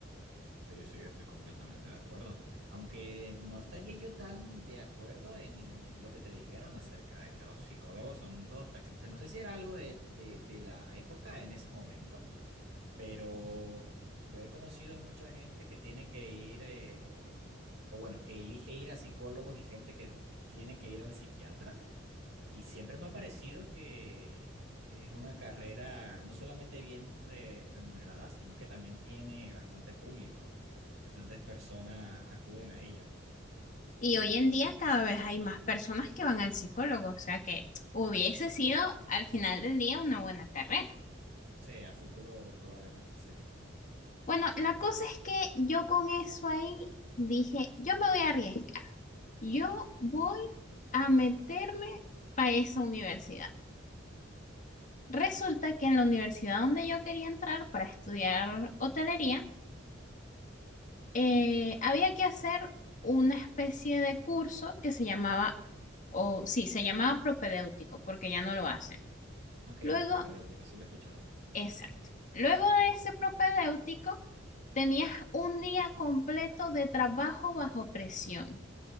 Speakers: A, on the right; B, on the left.
A: Sí, sí, estoy completamente de acuerdo. Aunque no estaría yo tan de acuerdo en lo que te dijeron acerca de que los psicólogos son todos taxistas. No sé si era algo de, de de la época en ese momento. pero yo he conocido mucha gente que tiene que ir, eh, o bueno, que elige ir a psicólogos y gente que tiene que ir al psiquiatra. Y siempre me ha parecido que es una carrera no solamente bien re- remunerada, sino que también tiene bastante público. Bastantes personas acuden a ella.
B: Y hoy en día cada vez hay más personas que van al psicólogo, o sea que hubiese sido al final del día una buena carrera.
A: Sí, a futuro probablemente sí.
B: Bueno, la cosa es que yo con eso ahí dije, yo me voy a arriesgar. Yo voy a meterme para esa universidad. Resulta que en la universidad donde yo quería entrar para estudiar hotelería, eh, había que hacer una especie de curso que se llamaba, o sí, se llamaba propedéutico, porque ya no lo hacen.
A: Ok, el
B: Luego,
A: propedéutico, sí lo he escuchado.
B: exacto. Luego de ese propedéutico, tenías un día completo de trabajo bajo presión.